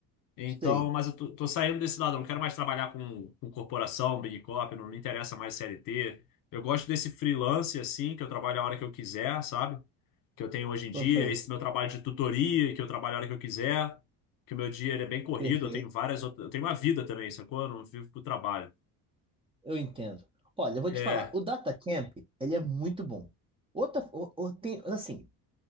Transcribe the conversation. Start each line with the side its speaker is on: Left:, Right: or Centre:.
Left: Então,
Right: sei.
Left: mas eu tô, tô saindo desse lado, eu não quero mais trabalhar com, com corporação, Big Corp, não me interessa mais CLT. Eu gosto desse freelance, assim, que eu trabalho a hora que eu quiser, sabe? que eu tenho hoje em dia,
Right: Perfeito,
Left: esse meu trabalho de tutoria, que eu trabalho a hora que eu quiser, que o meu dia ele é bem corrido,
Right: perfeito.
Left: eu tenho várias outras, eu tenho uma vida também, sacou? Eu não vivo pro trabalho.
Right: Eu entendo. Olha, eu vou
Left: É,
Right: te falar, o Datacamp, ele é muito bom. Outra, o, o- tem, assim,